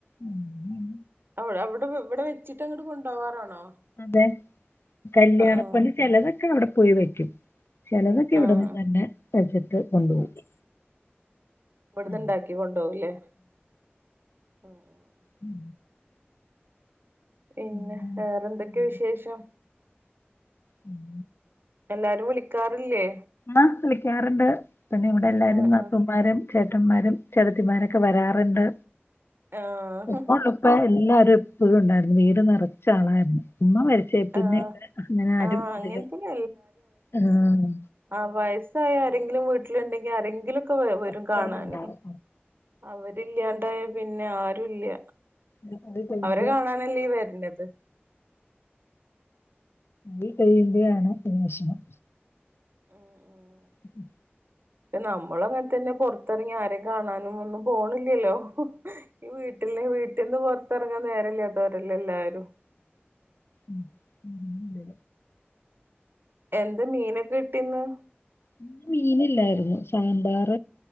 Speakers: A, on the left (about 70°); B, on the right (about 60°).
A: ഉം
B: അവിടെ അവിടെ ഇവടെ വെച്ചിട്ട് അങ്ങോട്ട് കൊണ്ടോവാറാണോ?
A: അതെ കല്യാണപ്പണി
B: ആഹ്
A: ചിലതൊക്കെ അവിടെ പോയി വെക്കും. ചെലതൊക്കെ ഇവിടന്ന്
B: ആഹ്
A: തന്നെ വച്ചിട്ട് കൊണ്ടുപോകും.
B: ഇവട്ന്ന്
A: ഉം
B: ഇണ്ടാക്കി കൊണ്ടോവുല്ലേ. ഉ ഉം
A: ഉം,
B: പിന്നെ
A: ഉം, ഉം,
B: വേറെന്തൊക്കെയാ
A: ഉം,
B: വിശേഷം?
A: ഉം,
B: എല്ലാരും വിളിക്കാറില്ലേ?
A: ആ വിളിക്കാറുണ്ട്. പിന്നെ ഇവിടെ എല്ലാരും
B: ആഹ്
A: നാത്തൂമ്മാരും
B: ആഹ്
A: ചേട്ടന്മാരും ചേട്ടത്തിമാരൊക്കെ വരാറ്ണ്ട്.
B: ആഹ്
A: ഇപ്പ അപ്പെ എല്ലാരും പ്പഴും ഉണ്ടായിരുന്നു. വീട് നിറച്ച ആളായിരുന്നു. ഉമ്മ മര് ച്ചേ പിന്നെ
B: ആഹ്
A: അങ്ങനെ ആരും
B: ആഹ് അങ്ങനത്തന്നെ
A: അധികം, ആഹ്
B: ആ വയസ്സായി ആരെങ്കിലും വീട്ടിലുണ്ടെങ്കി ആരെങ്കിലു ഒക്കെ വരും
A: എപ്പോഴും
B: കാണാന്.
A: ഉണ്ടാവും
B: അവരില്ലാണ്ടായാ പിന്നെ ആരും ഇല്ല.
A: പിന്നെ പോയി കഴിയുമ്പോ
B: അവരെ കാണാനല്ലീ വര്നത്.
A: ഈ <unintelligible> വെഷമം.
B: ഉ ഉം
A: ഉ
B: നമ്മളു അങ്ങൻ തന്നെ. പൊറത്തിറങ്ങി ആരെയും കാണാനും ഒന്നും പോണി ല്ലല്ലോ. ഈ വീട്ടിൽ വീട്ടിൽന്ന് പുറത്തിറങ്ങാൻ നേരല്ലാത്തവരെല്ലേ എല്ലാരും.
A: ഉ ഉ അതെ.
B: എന്താ മീനൊക്കെ കിട്ടി ന്ന്?
A: ഇന്ന് മീനില്ലായിരുന്നു. സാമ്പാർ